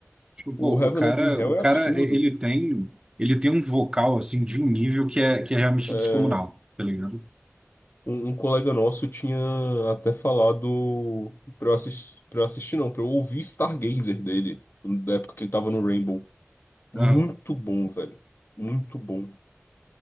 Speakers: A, on the right; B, on the left.
A: Tipo,
B: O
A: pô,
B: Heaven
A: o cara,
B: and Hell
A: o cara,
B: é absurdo.
A: e- ele tem, ele tem um vocal, assim, de um nível que é, que é realmente
B: É,
A: descomunal, tá ligado?
B: um, um colega nosso tinha até falado pra eu assistir, pra eu assistir não, pra eu ouvir Stargazer dele, da época que ele tava no Rainbow. Muito
A: Aham.
B: bom, velho. Muito bom.